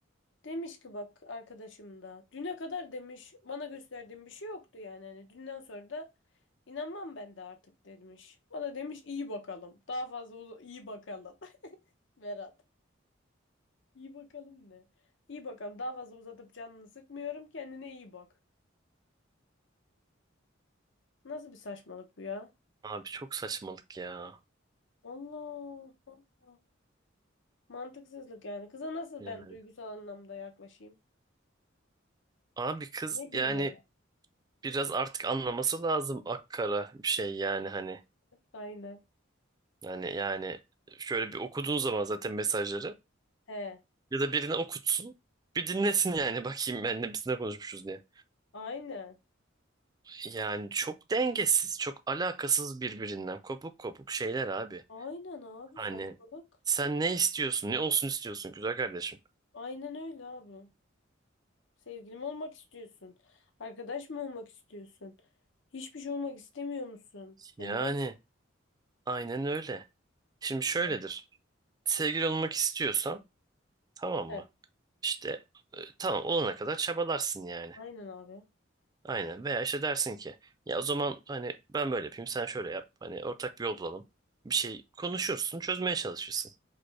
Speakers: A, on the left; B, on the right.
A: demiş ki bak arkadaşım da. Düne kadar demiş bana gösterdiğin bir şey yoktu yani. Hani dünden sonra da inanmam ben de artık demiş. O da demiş iyi bakalım. Daha fazla uza- iyi bakalım. <laughs> Berat. İyi bakalım ne? İyi bakalım. Daha fazla uzatıp canını sıkmıyorum. Kendine iyi bak. Nasıl bir saçmalık bu ya?
B: abi çok saçmalık ya.
A: Allah Allah. Mantıksızlık yani. Kıza nasıl
B: Yani
A: ben duygusal anlamda yaklaşayım?
B: abi kız
A: Ne diyeyim
B: yani
A: ona?
B: biraz artık anlaması lazım akkara bir şey yani hani.
A: Aynen.
B: Yani yani şöyle bir okuduğun zaman zaten mesajları
A: He.
B: ya da birine okutsun. Bir dinlesin yani <laughs> bakayım ben ne biz ne konuşmuşuz diye.
A: Aynen.
B: Yani çok dengesiz, çok alakasız birbirinden kopuk kopuk şeyler abi.
A: Aynen abi
B: Hani
A: saçmalık.
B: sen ne istiyorsun? Ne olsun istiyorsun güzel kardeşim?
A: Aynen öyle abi. Sevgilim olmak istiyorsun. Arkadaş mı olmak istiyorsun? Hiçbir şey olmak istemiyor musun? Yani
B: Yani
A: ne
B: aynen öyle. Şimdi şöyledir.
A: diyorsun?
B: Sevgili olmak istiyorsan tamam
A: He.
B: mı? İşte e, tamam olana kadar çabalarsın yani.
A: Aynen abi.
B: Aynen. Veya işte dersin ki ya o zaman hani ben böyle yapayım sen şöyle yap. Hani ortak bir yol bulalım. Bir şey konuşursun çözmeye çalışırsın.